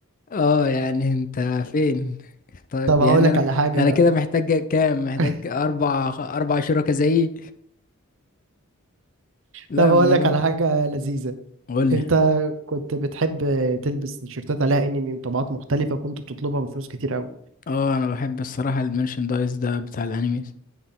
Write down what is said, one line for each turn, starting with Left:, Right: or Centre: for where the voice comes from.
Left: اه يعني انت فين
Right: <laughs>
Left: طيب
Right: طب هقول
Left: يعني
Right: لك
Left: انا
Right: على حاجة
Left: انا
Right: بقى
Left: كده محتاج كام محتاج
Right: <laughs>
Left: اربع اربع شركاء زيي لا
Right: طب هقول
Left: الموضوع
Right: لك على حاجة لذيذة
Left: قول
Right: انت
Left: لي
Right: كنت بتحب تلبس تيشيرتات عليها انمي وطبعات مختلفة كنت بتطلبها بفلوس كتير قوي
Left: اه انا بحب الصراحة المرشندايز ده بتاع الانيميز